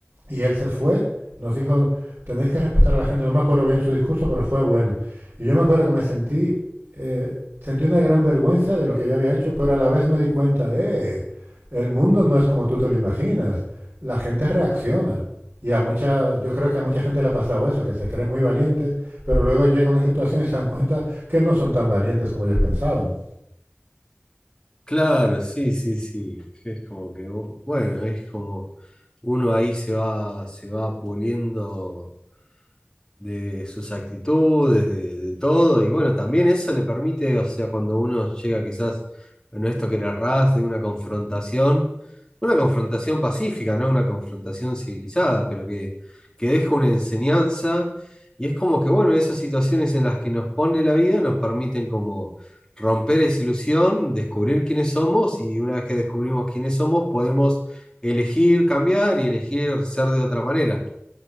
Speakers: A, on the right; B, on the left.
A: Y él se fue, nos dijo, tenéis que respetar a la gente. No me acuerdo bien su discurso, pero fue bueno. Y yo me acuerdo que me sentí, eh, sentí una gran vergüenza de lo que yo había hecho, pero a la vez me di cuenta, eh, el mundo no es como tú te lo imaginas. La gente
B: mm.
A: reacciona. Y a mucha, yo creo que a mucha gente le ha pasado eso, que se creen muy valientes, pero luego llega una situación y se dan cuenta que no son tan valientes como ellos pensaban.
B: Claro, sí, sí, sí. Es como que, bueno, es como uno ahí se va, se va puliendo de sus actitudes, de, de todo, y bueno, también eso le permite, o sea, cuando uno llega quizás, bueno, esto que narrás de una confrontación, una confrontación pacífica, ¿no? Una confrontación civilizada, pero que, que deja una enseñanza, y es como que, bueno, esas situaciones en las que nos pone la vida nos permiten como romper esa ilusión, descubrir quiénes somos, y una vez que descubrimos quiénes somos, podemos elegir cambiar y elegir ser de otra manera.